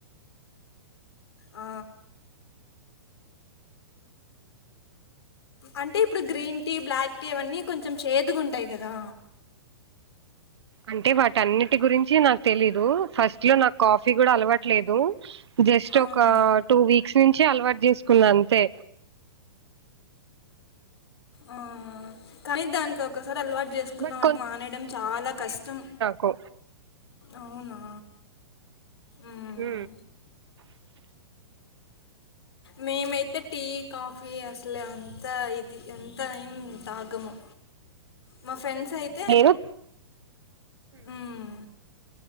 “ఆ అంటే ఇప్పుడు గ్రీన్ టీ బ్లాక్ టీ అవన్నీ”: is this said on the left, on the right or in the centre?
Left